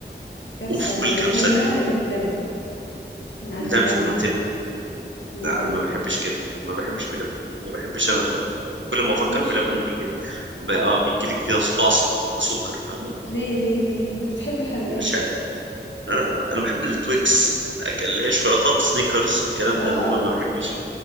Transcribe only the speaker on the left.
كبسة
بالنوتيلا
اللي باللبن من عند
بلبن
بالنوتيلا
تحبوش
ليه ليه ليه ما بتحب الحلويات
اه
اه